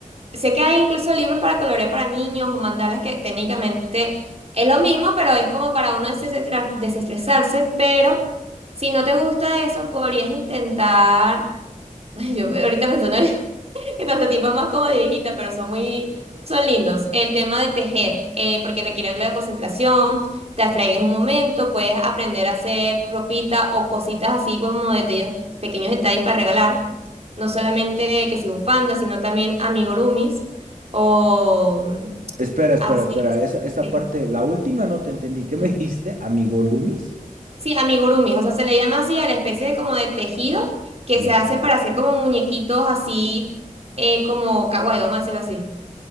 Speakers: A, on the right (about 50°); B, on the right (about 80°).
A: sé que hay incluso libros para colorear para niños o mandalas que técnicamente es lo mismo, pero es como para uno desestresar- desestresarse. Pero si no te gusta eso, podrías intentar. <laughs> Yo ahorita pensando en <laughs> en pasatiempos más como de viejita, pero son muy, son lindos. El tema de tejer, eh, porque requiere algo de concentración, te abstraes un momento, puedes aprender a hacer ropita o cositas así como detalles, pequeños detalles para regalar. No solamente que si bufandas, sino también amigurumis o mm,
B: Espera, espera,
A: así.
B: espera. Esa, esa
A: Sí.
B: parte, la última no te entendí. ¿Qué
A: Ajá.
B: me dijiste, amigo Loomis?
A: Sí, amigurumi, o sea, se le llama así a la especie de como de tejido que
B: Ya.
A: se hace para hacer como muñequitos así, eh, como kawaii, vamos a decirlo así.